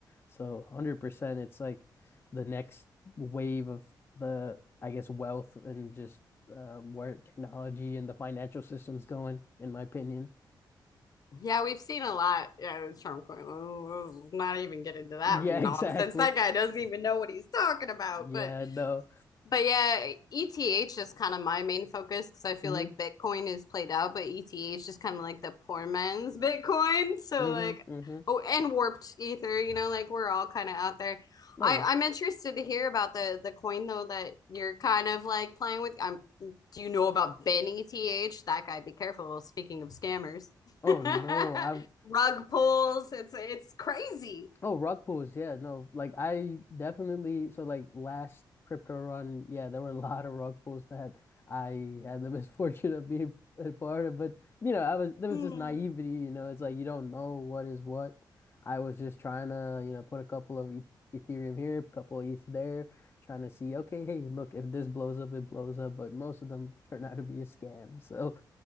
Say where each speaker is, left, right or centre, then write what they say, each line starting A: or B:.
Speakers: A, on the left; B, on the left.
A: So 100% it's like the next wave of the I guess wealth and just um, where technology and the financial system's going, in my opinion.
B: Yeah, we've seen a lot. Yeah, it's Trump going, "Oh, not even get into that
A: Yeah,
B: nonsense.
A: <laughs> exactly.
B: That guy doesn't even know what he's talking about.
A: Yeah,
B: But
A: no.
B: but yeah, ETH is kind of my main focus because I feel
A: Mm-hmm.
B: like Bitcoin is played out, but ETH is just kind of like the poor man's <laughs> Bitcoin. So
A: Mm-hmm.
B: like,
A: Mm-hmm.
B: oh, and warped ether, you know, like we're all kind of out there.
A: Oh
B: I
A: yeah.
B: I'm interested to hear about the the coin though that you're kind of like playing with. Um, do you know about Ben ETH? That guy, be careful. Well, Speaking of scammers,
A: Oh no.
B: <laughs>
A: I've
B: rug pulls. It's it's crazy.
A: Oh, rug pulls, yeah, no, like I definitely so like last crypto run, yeah, there were a <laughs> lot of rug pulls that I had the <laughs> misfortune of being a part of, but you know, I was there was
B: Mm.
A: just naivety, you know, it's like you don't know what is what. I was just trying to, you know, put a couple of eth Ethereum here, a couple of ETH there, trying to see, okay, hey, look, if this blows up, it blows up, but most of them turn out to be a scam, so